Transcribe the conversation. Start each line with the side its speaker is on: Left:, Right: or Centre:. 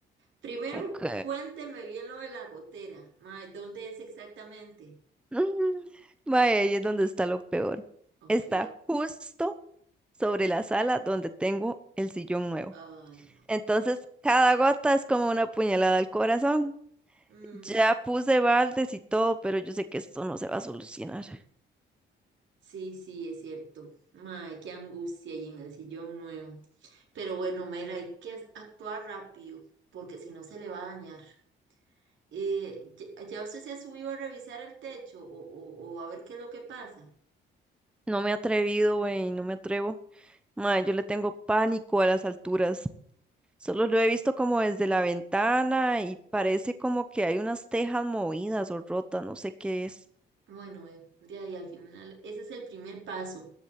Right: primero
Centre: Ok.
Right: cuénteme bien lo de la gotera, mae, ¿dónde es exactamente?
Centre: Mm. Mae, ahí es donde está lo peor.
Right: Ok,
Centre: Está justo sobre la sala donde tengo el sillón nuevo.
Right: ay, no.
Centre: Entonces, cada gota es como una puñalada al corazón.
Right: Mm,
Centre: Ya puse baldes y todo, pero yo sé que esto no se va a solucionar.
Right: sí, sí, es cierto. Mae, qué angustia y en el sillón nuevo. Pero bueno, Mela, hay que as- actuar rápido, porque si no se le va a dañar. Eh, ¿ya ya usted se ha subido a revisar el techo o, o- o a ver qué es lo que pasa?
Centre: No me he atrevido, güey, no me atrevo. Mae, yo le tengo pánico a las alturas. Solo lo he visto como desde la ventana y parece como que hay unas tejas movidas o rotas, no sé qué es.
Right: Bueno, eh, de ahí al final, ese es el primer paso,